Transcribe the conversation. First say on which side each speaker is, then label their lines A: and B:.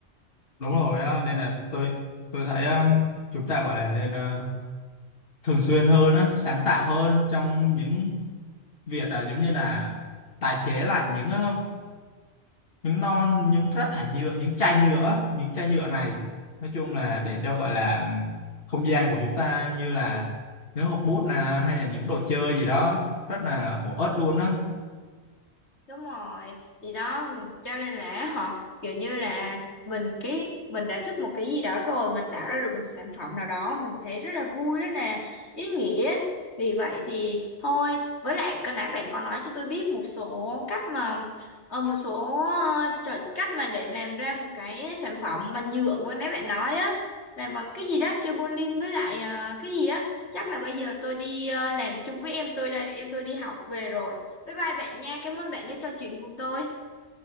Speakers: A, on the left; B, on the left.
A: đúng rồi á nên là tôi tôi thấy um, chúng ta gọi là lên uh, thường xuyên hơn á sáng tạo hơn trong những việc à, giống như là tái chế lại những ờ, những non những rác thải nhựa những chai nhựa những chai nhựa này nói chung là để cho gọi là không gian của chúng ta như là những hộp bút nè hay là những đồ chơi gì đó rất là bổ ích luôn á
B: đúng rồi thì đó cho nên là họ kiểu như là mình cái mình đã thích một cái gì đó rồi mình tạo ra được một sản phẩm nào đó mình thấy rất là vui rất là ý nghĩa vì vậy thì thôi với lại cái nãy bạn có nói cho tôi biết một số cách mà ờ, một số ờ, trò cách mà để làm ra một cái sản phẩm bằng nhựa mà nãy bạn nói á là bằng cái gì đó chơi bowling với lại ờ, cái gì á chắc là bây giờ tôi đi ờ, làm chung với em tôi đây em tôi đi học về rồi Bye bye bạn nha. Cảm ơn bạn đã trò chuyện cùng tôi.